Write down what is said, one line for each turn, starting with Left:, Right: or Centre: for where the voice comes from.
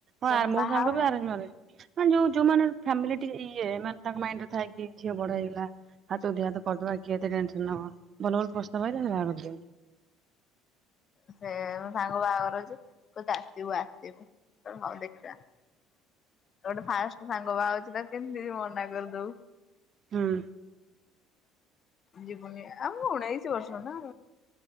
Left: ସେ
Right: ହଁ ମୋ
Left: ବାହା
Right: ସାଙ୍ଗ
Left: ହବ।
Right: ବି ଆରେଞଜ ମ୍ୟାରେଜ। ମାନେ ଯୋଉ ଯୋଉ ମାନ ଫ୍ୟାମିଲି ଟିକେ ଇଏ ମାନେ ତାଙ୍କ ମାଇଣ୍ଡରେ ଥାଏ କି ଝିଅ ବଡ ହେଇଗଲା। ହାତ କୁ ଦିହତ କରିଦବା କିଏତେ ଟେନସନ ନବ ଭଲ ଭଲ ପସ୍ତାବ ଆଇଲା ବାହା କରିଦିଅ।
Left: ସେ ସାଙ୍ଗ ବାହାଘରଛି। କହୁଚି ଆସିବୁ ଆସିବୁ କହି ହଉ ଦେଖିବା। ଗୋଟେ ଫାଷ୍ଟ ସାଙ୍ଗ ବା ଅଉଛି ତା କେମିତି ମନା କରିଦଉ।
Right: ହୁଁ।
Left: ଯିବୁନି ଆଉ ମୁ ଉଣେଇଶି ବର୍ଷ ନା